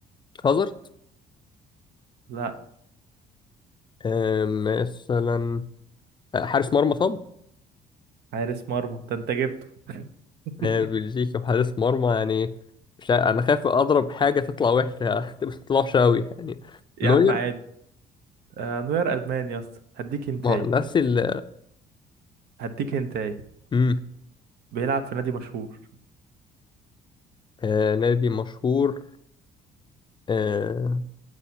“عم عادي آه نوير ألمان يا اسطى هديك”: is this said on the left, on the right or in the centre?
Right